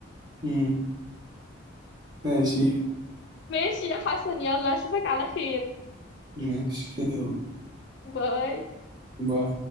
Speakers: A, on the right; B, on the left.
A: مم. ماشي
B: <laughs> ماشي يا حسن يلا اشوفك على خير
A: ماشي يلا
B: باي
A: باي